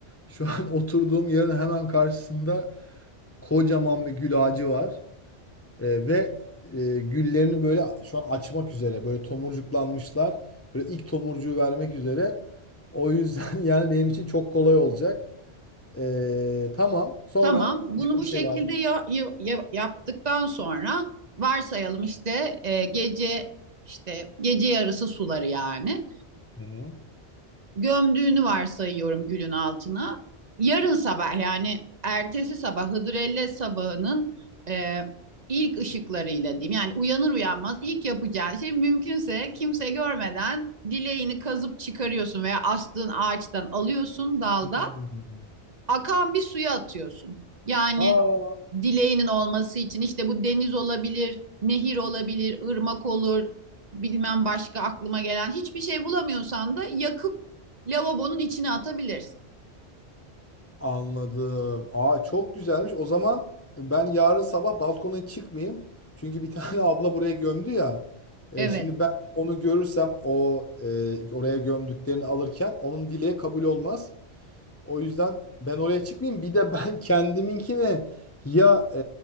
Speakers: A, on the left; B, on the right.
A: şu an <laughs> oturduğum yerin hemen karşısında kocaman bir gül ağacı var. Ee, ve e, güllerini böyle şu an açmak üzere böyle tomurcuklanmışlar. Böyle ilk tomurcuğu vermek üzere. O yüzden <laughs> yani benim için çok kolay olacak. Ee, tamam. Sonra
B: Tamam. Bunu
A: başka
B: bu
A: bir şey
B: şekilde
A: var mı?
B: ya- ya- ya- yaptıktan sonra varsayalım işte e, gece işte gece yarısı suları yani.
A: Hı hı.
B: gömdüğünü varsayıyorum gülün altına. Yarın sabah yani ertesi sabah Hıdrellez sabahının e, ilk ışıklarıyla diyeyim. Yani uyanır uyanmaz ilk yapacağın şey mümkünse kimse görmeden dileğini kazıp çıkarıyorsun veya astığın ağaçtan alıyorsun dalda
A: Hmm.
B: akan bir suya atıyorsun. Yani
A: Aa.
B: dileğinin olması için işte bu deniz olabilir, nehir olabilir, ırmak olur, bilmem başka aklıma gelen hiçbir şey bulamıyorsan da yakıp lavabonun içine atabilirsin.
A: Anladım. Aa çok güzelmiş. O zaman ben yarın sabah balkona çıkmayayım. Çünkü bir tane <laughs> abla buraya gömdü ya. E,
B: Evet,
A: şimdi ben onu görürsem o e, oraya gömdüklerini alırken onun dileği kabul olmaz. O yüzden ben oraya çıkmayayım. Bir de ben <laughs> kendiminkini ya e,